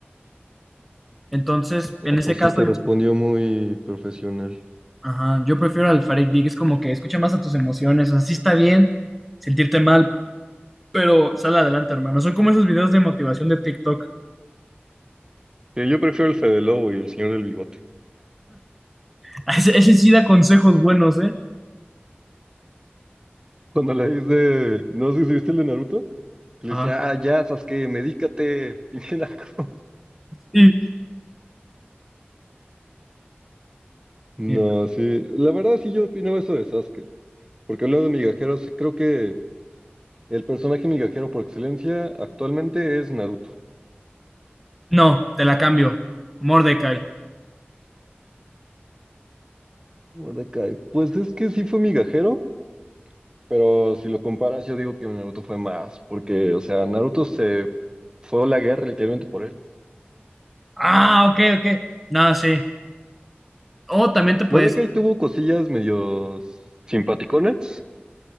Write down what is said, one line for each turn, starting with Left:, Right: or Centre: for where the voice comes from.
Centre: Entonces, en
Right: Ah, pues
Centre: ese caso,
Right: sí, te
Centre: yo,
Right: respondió muy profesional.
Centre: ajá, yo prefiero al Farid Dig, es como que escucha más a tus emociones, o sea, sí está bien sentirte mal, pero sal adelante, hermano. Son como esos videos de motivación de TikTok.
Right: que yo prefiero el Fede Lobo y el señor del bigote.
Centre: <laughs> Ese, ese sí da consejos buenos, ¿eh?
Right: Cuando le dice, no sé si viste el de Naruto, que
Centre: Ajá.
Right: le dice, ah, ya, Sasuke, medícate. <laughs> piñinaco.
Centre: Y,
Right: No,
Centre: y-
Right: sí, la verdad sí yo opino eso de Sasuke, porque hablando de migajeros, sí creo que el personaje migajero por excelencia actualmente es Naruto.
Centre: no, te la cambio. Mordecai.
Right: Mordecai, pues es que sí fue migajero, pero si lo comparas yo digo que Naruto fue más, porque, o sea, Naruto se fue a la guerra literalmente por él.
Centre: Ah, ok, ok. Nada, sí. O también te puedes
Right: Mordecai
Centre: decir,
Right: tuvo cosillas medio simpaticonas,